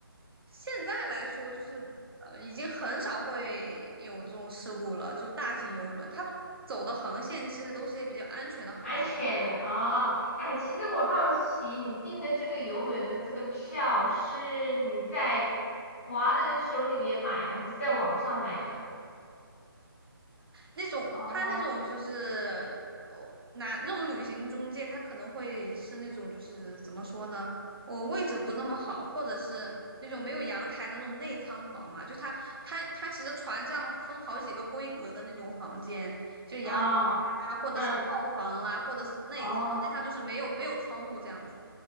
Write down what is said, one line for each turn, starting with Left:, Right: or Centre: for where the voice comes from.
Right: 现在来说，就是呃，已经很少会有这种事故了，就是大型游轮，它走的航线其实都是一些比较安全的航线。
Left: 安全的哦。哎，其实我好奇你订的这个游轮的这个票是你在华人手里面买的，还是在网上买的？
Right: 那种他那种就是呃，
Left: 哦
Right: 拿那种旅行中介，他可能会是那种就是怎么说呢？我位置不那么好，或者是那种没有阳台的那种内舱房嘛，就他他他其实船上分好几个规格的那种房间，就阳台
Left: 哦，
Right: 啊，或者是套房啦、
Left: 嗯
Right: 或者是内舱，
Left: 哦。
Right: 内舱就是没有没有窗户这样子